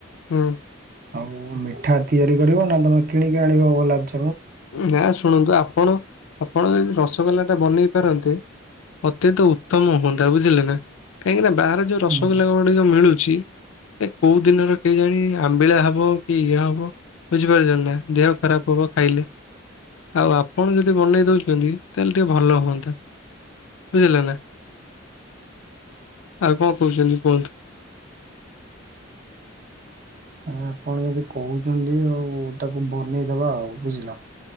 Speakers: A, on the left; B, on the right.
A: ହୁଁ।
B: ଆଉ ମିଠା ତିଆରି କରିବ ନା ତମେ କିଣିକି ଆଣିବ ଗୋଲାପଯାମୁ?
A: ନା ଶୁଣନ୍ତୁ ଆପଣ ଆପଣ ଯଦି ରସଗୋଲା ଟା ବନେଇ ପାରନ୍ତେ ଅତ୍ୟତ ଉତ୍ତମ ହୁଅନ୍ତା ବୁଝିଲେ ନା କାହିଁକି ନା ବାହାରେ ଯୋଉ ରସଗୋଲା
B: ହୁଁ
A: ଗୁଡିକ ମିଳୁଛି ଏ କୋଉ ଦିନର କେହି ଜାଣି ଆମ୍ବିଳା ହବ କି ଇଏ ହବ ବୁଝିପାରୁଛ ନା, ଦେହ ଖରାପ ହବ ଖାଇଲେ। ଆଉ ଆପଣ ଯଦି ବନେଇ ଦଉଛନ୍ତି, ତାହେଲେ ଟିକେ ଭଲ ହୁଅନ୍ତା। ବୁଝିଲେ ନା? ଆଉ କଣ କହୁଛନ୍ତି କୁହନ୍ତୁ?
B: ଆ ଆପଣ ଯଦି କହୁଛନ୍ତି ଆଉ ତାକୁ ବନେଇଦବା ଆଉ ବୁଝିଲ